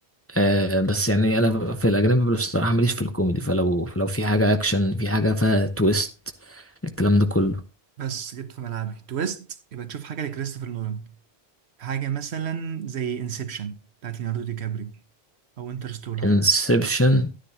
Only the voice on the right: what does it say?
بس جيت في ملعبي تويست يبقى تشوف حاجه لكريستوفر نولان حاجه مثلا زي انسبشن بتاعت ليوناردو دي كابريو او انترستولر